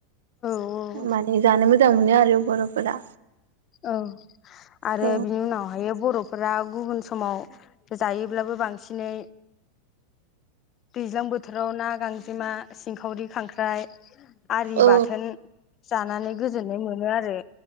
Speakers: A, on the left; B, on the right.
A: औ
B: माने जानो मो मोजां मोनो आरो बर'फोरा।
A: औ आरो
B: औ
A: बिनि उनावहायो बर' फोरा गुबुन समाव जायोब्लाबो बांसिनै दैज्लां बोथोराव ना गांजेमा सिंखावरि खांख्राइ आरि
B: औ
A: बाथोन जानानै गोजोननाय मोनो आरो।